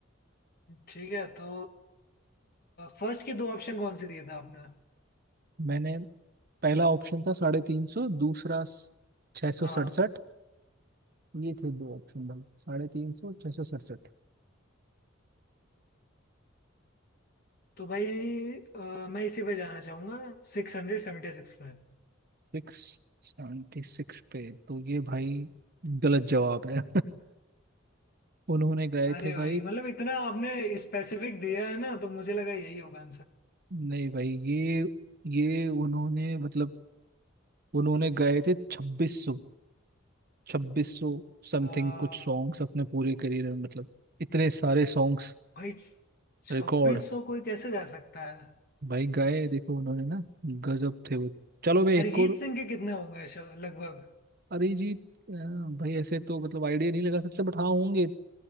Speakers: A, on the left; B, on the right.
A: ठीक है तो फर्स्ट के दो ऑप्शन कौन से दिए थे आपने
B: मैंने पहला ऑप्शन था साढ़े तीन सौ दूसरा छः सौ
A: हाँ
B: सड़सठ ये थे दो ऑप्शन भाई साढ़े तीन सौ छः सौ सड़सठ
A: तो भाई अ, मैं इसी पे जाना चाहूंगा सिक्स हंड्रेड सेवेंटी सिक्स पे
B: सिक्स सेवेंटी सिक्स पे तो ये भाई गलत जवाब है <laughs> उन्होंने गाए
A: अरे
B: थे
A: भाई
B: भाई
A: मतलब इतना आपने स्पेसिफिक दिया है ना तो मुझे लगा यही होगा
B: नहीं भाई ये ये उन्होंने मतलब उन्होंने गाए थे छब्बीस सौ छब्बीस सौ समथिंग
A: आंसर
B: कुछ सॉन्ग्स अपने पूरे करियर में मतलब इतने सारे सॉन्ग्स
A: भाई छब्बीस
B: रिकॉर्ड
A: सौ कोई कैसे जा सकता है
B: भाई गाए देखो उन्होंने ना गजब थे वो चलो मैं एक
A: अरिजीत
B: और
A: सिंह के कितने होंगे श- लगभग
B: अरिजीत अ, भाई ऐसे तो मतलब आइडिया नहीं लगा सकते बट हाँ होंगे